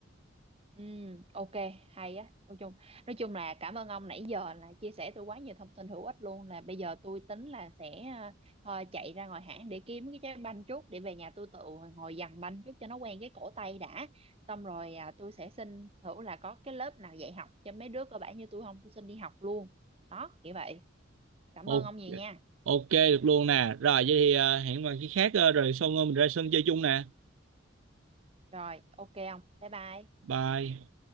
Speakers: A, on the right; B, on the right.
A: Ừ, ok, hay á. Nói chung, nói chung là cảm ơn ông nãy giờ là chia sẻ tôi quá nhiều thông tin hữu ích luôn. Là bây giờ tôi tính là sẽ ờ, thôi chạy ra ngoài hãng để kiếm cái trái banh chút để về nhà tôi tự ngồi dằn banh chút cho nó quen cái cổ tay đã. Xong rồi à, tôi sẽ xin thử là có cái lớp nào dạy học cho mấy đứa cơ bản như tôi không, tôi xin đi học luôn. Đó, kiểu vậy. Cảm
B: Ồ,
A: ơn ông nhiều nha.
B: ok được luôn nè rồi vậy thì ờ, hẹn vào khi khác ờ, rồi xong ờ, mình ra sân chơi chung nè
A: Rồi, ok ông. Bye bye.
B: bye